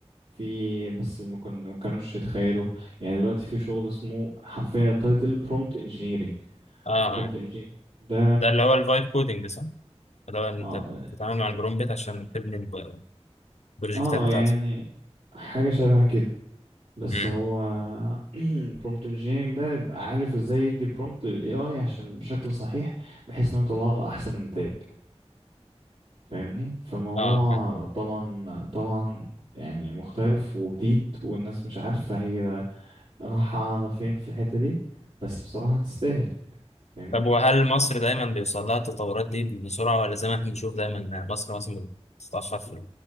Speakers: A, on the right; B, on the left.
A: في بس ما كن- ما كانوش يتخيلوا يعني دلوقتي في شغل اسمه حرفيا تايتل برومبت انجينيرنج
B: اه
A: برومبت
B: اه
A: انجينيرنج ده
B: ده اللي هو الفايب كودنج صح؟ اللي هو أنت
A: اه
B: بتتعامل مع البرومبت عشان تبني الب- البروجكتات
A: اه
B: بتاعتك
A: يعني حاجة شبه كده بس
B: امم
A: هو <clears throat> prompt engineering ده يبقى عارف ازاي يدي prompt لل AI عشان بشكل صحيح بحيث انه يطلع له احسن نتائج فاهمني فالموضوع
B: اه
A: طبعا طبعا يعني مختلف وجديد والناس مش عارفة هي رايحة على فين في الحتة دي بس بصراحة تستاهل فاهمني
B: طب وهل مصر دايما بيوصل لها التطورات دي بسرعة ولا زي ما احنا بنشوف دايما مصر مثلا بتتأخر في